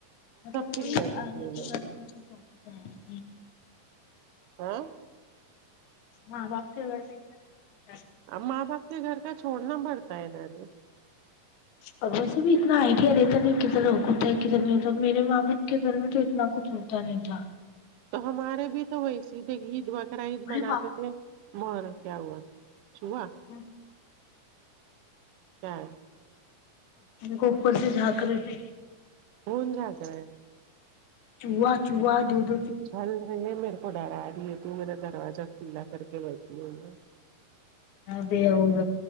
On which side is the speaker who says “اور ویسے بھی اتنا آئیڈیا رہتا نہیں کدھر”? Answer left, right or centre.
Left